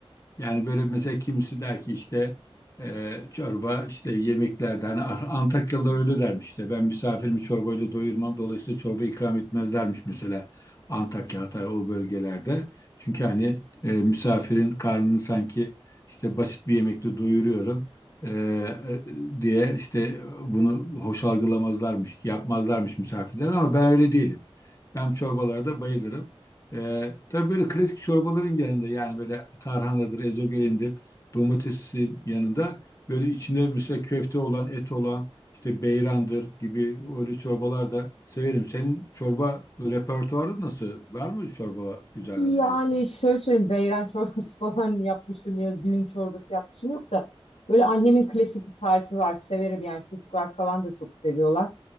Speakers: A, on the left; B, on the left.
A: Yani böyle mesela kimisi der ki işte e, çorba işte yemeklerde hani As- Antakyalılar öyle dermiş işte ben misafirimi çorbayla doyurmam dolayısıyla çorba ikram etmezlermiş mesela Antakya, Hatay o bölgelerde. Çünkü hani e, misafirin karnını sanki işte basit bir yemekle doyuruyorum e, e, diye işte bunu hoş algılamazlarmış, yapmazlarmış misafirler ama ben öyle değilim. Ben çorbalara da bayılırım. Ee, tabii böyle klasik çorbaların yanında yani böyle tarhanadır, ezogelindir, domatesin yanında böyle içinde mesela köfte olan, et olan, işte beyrandır gibi öyle çorbalar da severim. Senin çorba repertuarın nasıl? Var mı çorba güzel
B: Yani
A: hazırladığın?
B: şöyle söyleyeyim. Beyran çorbası <laughs> falan yapmıştım ya düğün çorbası yapmışım yok da. Böyle annemin klasik bir tarifi var. Severim yani çocuklar falan da çok seviyorlar.